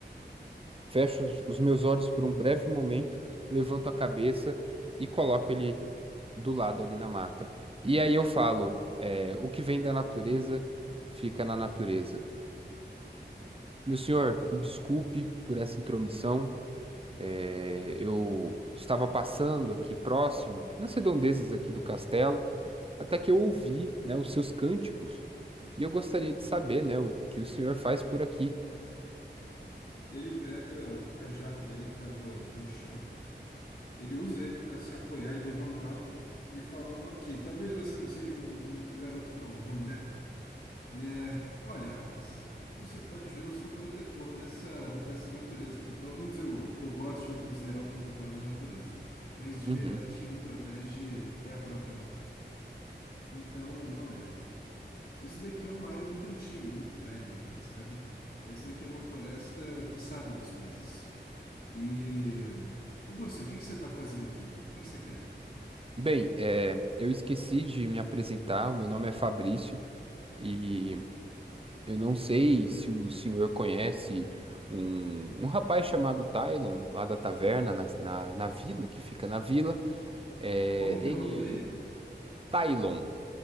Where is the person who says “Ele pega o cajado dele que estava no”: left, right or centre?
Left